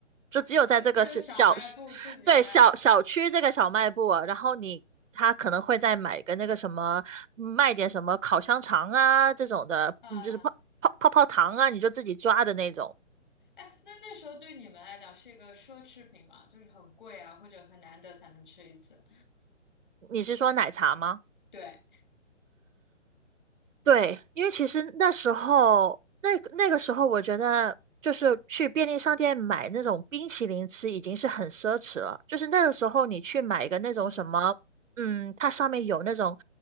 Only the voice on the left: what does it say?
会就小卖部自己卖的
<laughs> 啊，
哎，那那时候对你们来讲是一个奢侈品嘛，就是很贵啊，或者很难得才能吃一次。
对，
嗯，